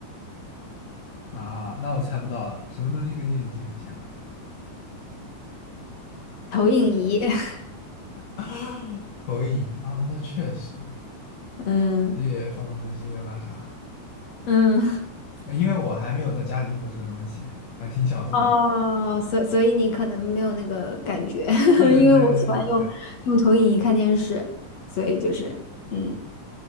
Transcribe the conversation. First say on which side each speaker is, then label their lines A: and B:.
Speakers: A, on the left (about 70°); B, on the left (about 55°).
A: 啊，那我猜不到了，什么东西跟电视机很像啊？
B: 投影仪。<laughs>
A: <gasps> 投影仪啊，那确实
B: 嗯
A: 也放身心又那啥，
B: 嗯，
A: 因为我还没有在家里用过这个东西，还挺小众的。
B: 哦，所所以你可能没有那个感觉，
A: 对对对对对对，
B: <laughs> 因为我喜欢用用投影仪看电视，所以就是嗯，